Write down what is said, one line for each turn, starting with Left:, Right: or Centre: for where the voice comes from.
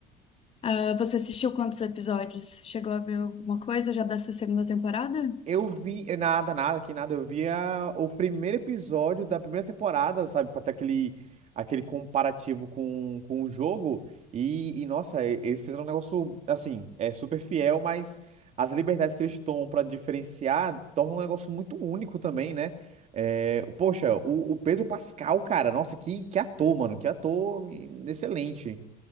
Left: Ah, você assistiu quantos episódios? Chegou a ver alguma coisa já dessa segunda temporada?
Right: Eu vi, eh, nada, nada, que nada, eu via o primeiro episódio da primeira temporada, sabe, pra ter aquele, aquele comparativo com, com o jogo, e, e, nossa, e- eles fizeram um negócio, assim, é super fiel, mas as liberdades que eles tomam pra diferenciar tornam um negócio muito único também, né? Eh, poxa, o, o Pedro Pascal, cara, nossa, que, que ator, mano, que ator hum, excelente,